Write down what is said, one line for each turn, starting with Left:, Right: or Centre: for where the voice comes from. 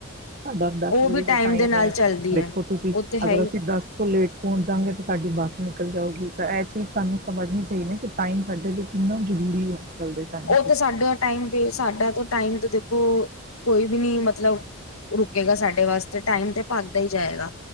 Right: ਸਾਡਾ ਦਸ
Left: ਉਹ
Right: ਵਜੇ
Left: ਵੀ
Right: ਦਾ ਟਾਈਮ
Left: ਦੇ ਨਾਲ
Right: ਹੈ
Left: ਚੱਲਦੀ
Right: ਦੇਖੋ
Left: ਹੈ
Right: ਤੁਸੀਂ
Left: ਉਹ ਤੇ
Right: ਅਗਰ
Left: ਹੈ ਹੀ
Right: ਅਸੀਂ ਦਸ ਤੋਂ ਲੇਟ ਪਹੁੰਚ ਜਾਂਗੇ ਤਾਂ ਸਾਡੀ ਬੱਸ ਸਾਈਕਲ ਜਾਓਗੀ ਤਾਂ ਇਹ ਚੀਜ਼ ਸਾਨੂੰ ਸਮਝਣੀ ਚਾਹੀਦੀ ਕਿ ਟਾਈਮ ਕੱਢੇ ਜ, ਕਿੰਨਾ ਜ਼ਰੂਰੀ ਹੈ। ਅੱਜ ਕੱਲ੍ਹ ਦੇ ਟਾਈਮ
Left: ਉਹ
Right: 'ਚ
Left: ਤੇ ਸਾਡਾ ਟਾਈਮ ਸਾਡਾ। ਟਾਈਮ ਤੋਂ ਦੇਖੋ ਕੋਈ। ਵੀ ਨੀ ਮਤਲਬ ਰੁਕੇਗਾ ਸਾਡੇ ਵਾਸਤੇ ਟਾਈਮ ਤੇ ਭਗਦਾ ਹੀ ਜਾਏਗਾ।